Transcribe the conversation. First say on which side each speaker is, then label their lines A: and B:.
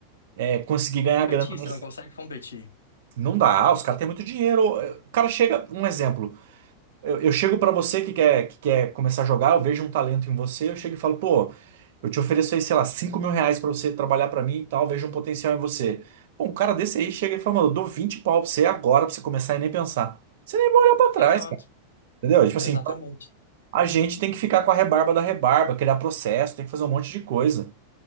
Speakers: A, on the right (about 55°); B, on the left (about 70°).
A: é, conseguir
B: Competir,
A: ganhar grana nesse.
B: você não consegue competir.
A: Não dá, ah, os caras têm muito dinheiro. O cara chega, um exemplo, eu, eu chego pra você que quer, que quer começar a jogar, eu vejo um talento em você, eu chego e falo, pô, eu te ofereço aí, sei lá, cinco mil reais pra você trabalhar pra mim e tal, vejo um potencial em você. Bom, um cara desse aí chega e fala, mano, eu dou 20 pau pra você agora pra você começar e nem pensar. Você nem vai olhar pra trás.
B: Exato,
A: Entendeu? E, Tipo
B: exatamente.
A: assim, então, a gente tem que ficar com a rebarba da rebarba, criar processo, tem que fazer um monte de coisa.